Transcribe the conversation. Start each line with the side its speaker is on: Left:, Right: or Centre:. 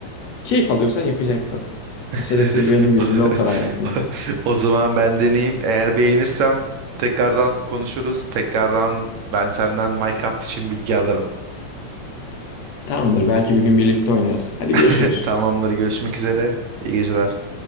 Left: keyif alıyorsan yapacaksın.
Right: <laughs>
Left: Meselesi benim gözümde o kadar en azından.
Right: O zaman ben deneyeyim. Eğer beğenirsem tekrardan konuşuruz. Tekrardan ben senden Minecraft için bilgi alırım.
Left: Tamamdır. Belki bir gün birlikte oynarız. Hadi
Right: <laughs>
Left: görüşürüz.
Right: Tamamdır. Görüşmek üzere. İyi geceler.